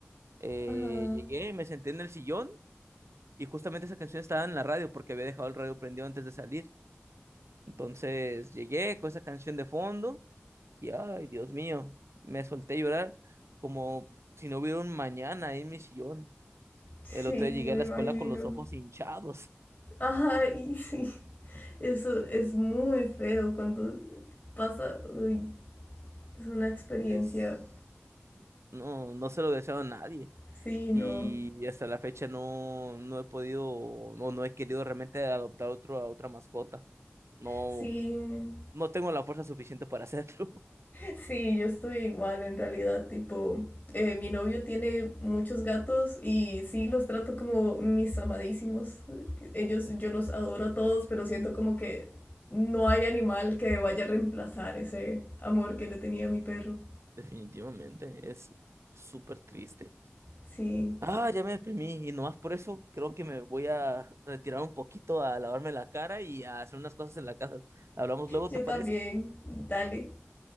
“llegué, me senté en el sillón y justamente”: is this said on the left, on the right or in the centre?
Right